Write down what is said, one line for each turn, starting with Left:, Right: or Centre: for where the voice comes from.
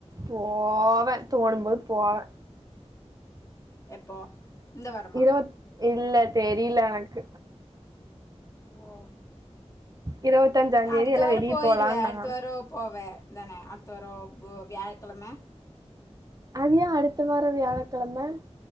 Right: போவேன் தோணும்போது போவன்
Left: எப்போ இந்த வாரமா
Right: இருவத் இல்ல தெரியல எனக்கு
Left: ஓ
Right: இருவத்தஞ்சாம் தேதி
Left: அடுத்த
Right: எல்லாம்
Left: வார
Right: வெளியே
Left: போயிருவே
Right: போலாம்
Left: அடுத்த
Right: நாங்க
Left: வாரோ போவே தானே அடுத்து வாரம் போ வியாழக்கிழமை
Right: அது ஏன் அடுத்த வாரம் வியாழக்கிழமை